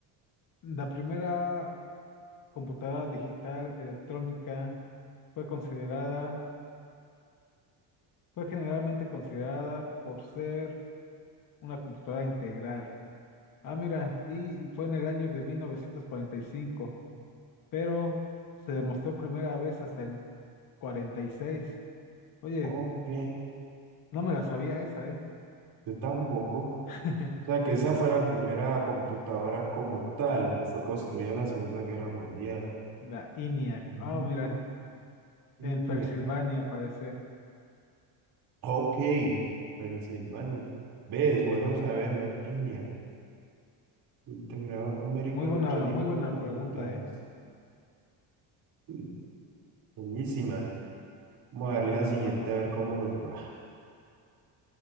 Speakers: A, on the left; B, on the right.
A: La primera computadora digital electrónica fue considerada, fue generalmente considerada por ser una computadora integral. Ah, mira, y fue en el año de mil novecientos cuarenta y cinco pero se demostró primera vez hasta en cuarenta y seis Oye,
B: Ok,
A: no me la sabía esa, ¿eh?
B: yo tampoco.
A: <laughs>
B: O sea que esa fue la primera computadora como tal. Fue construida en la Segunda Guerra Mundial.
A: La ENIAC.
B: Mm,
A: Ah, mira,
B: ENIAC.
A: en Pensilvania, parecer.
B: Ok, Pensilvania. ¿Ves? Bueno saberlo. ENIAC. Integrador numérico
A: Muy
B: electrónico
A: buena, muy buena
B: de computación.
A: pregunta, ¿eh?
B: Mm, Buenísima. Vamos a ver
A: Bien,
B: la
A: hermano.
B: siguiente, a ver cómo nos va.